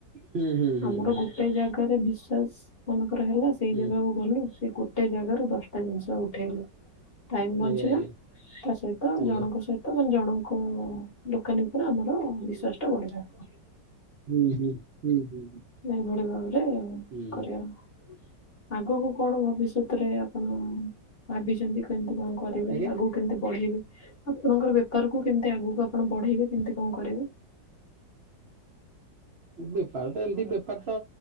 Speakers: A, on the right (about 65°); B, on the left (about 40°).
A: ହୁଁ ହୁଁ ହୁଁ
B: ଆମର
A: ହୁଁ
B: ଗୋଟେ ଜାଗାରେ ବିଶ୍ୱାସ ମାନେ ହେଲା ସେଇ
A: ହୁଁ
B: ଜାଗାକୁ ଗଲୁ ସେ ଗୋଟେ ଜାଗାରୁ ଦଶଟା ଜିନିଷ ଉ <unintelligible> ଟାଇମ ବଞ୍ଚିଲା
A: ଆଜ୍ଞା ଆଜ୍ଞା
B: ତା ସହିତ
A: ଆଜ୍ଞା
B: ଜଣଙ୍କ ସହିତ ଜଣଙ୍କ ଦୋକାନୀ ଉପରେ ଆମର
A: ହୁଁ
B: ବିଶ୍ୱାସ ଟା ବଢିଲା
A: ହୁଁ।
B: ଏଭଳି ଭାବରେ
A: ହୁଁ
B: କରିବା ଆଗକୁ କଣ ଘ ଭବିଷ୍ୟତରେ ଆପଣ ଭାବିଛନ୍ତି କେମିତି କଣ କରିବେ
A: ଆଜ୍ଞା
B: ଆଗକୁ କେମିତି ବଢ଼ିବେ। ଆପଣଙ୍କର ବେପାରକୁ କେମିତି ଆଗକୁ ଆପଣ ବଢେଇବେ କେମତି କଣ କରିବେ
A: ବେପାର ତ ଏମିତି ବେପାର ତ